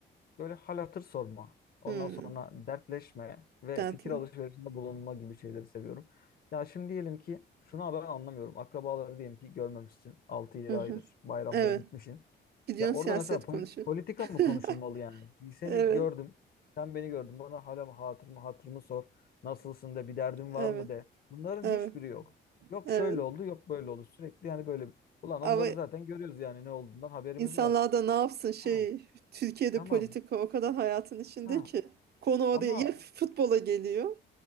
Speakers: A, on the left (about 50°); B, on the right (about 55°).
A: Böyle hal hatır sorma. Ondan
B: Hı.
A: sonra dertleşme ve
B: Dertli.
A: fikir alışverişinde bulunma gibi şeyleri seviyorum. Ya şimdi diyelim ki şunu ben anlamıyorum. Akrabaları diyelim ki görmemişsin altı yedi
B: Hı hı.
A: aydır. Bayramda
B: Evet.
A: gitmişsin.
B: Gidiyorsun
A: Ya orada
B: siyaset
A: mesela pol-
B: konuşuyor.
A: politika
B: <laughs>
A: mı konuşulmalı yani? Seni
B: Evet.
A: gördüm. Sen beni gördün. Bana hala mı hatırımı hatırımı sor. Nasılsın de bir derdin var
B: Evet.
A: mı de. Bunların
B: Evet.
A: hiçbiri yok. Yok
B: Evet.
A: şöyle oldu, yok böyle oldu. Sürekli yani böyle. Ulan
B: Ama
A: onları zaten görüyoruz yani ne olduğundan haberimiz
B: insanlar
A: var.
B: da ne yapsın şey
A: Ha,
B: Türkiye'de
A: tamam.
B: politika o kadar hayatın içinde
A: Ha.
B: ki konu oraya
A: Ama
B: ya futbola geliyor